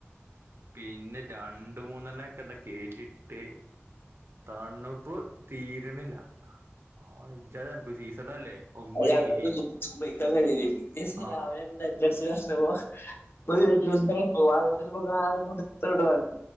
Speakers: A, on the right; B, on the left.
A: പിന്നെ രണ്ട് മൂന്നെണ്ണ ഒക്കെ ആണ്ട് കേറ്റി ഇട്ട് തണു ഇപ്പ് തീര്ണില്ല ആ ഇജാതി തണപ്പ് സീസണല്ലേ ഒമ്പത്
B: അ ഞങ്ങൾക്ക്
A: ഡിഗ്രി
B: സുബഹിക്കങ്ങനേനി
A: ആ
B: രാവിലന്നെ ടെൻ്റട്ച്ചാർഞ്ഞപ്പം <inaudible> ഓ <unintelligible> കൊടുത്ത് ഇട്വാര്ന്ന്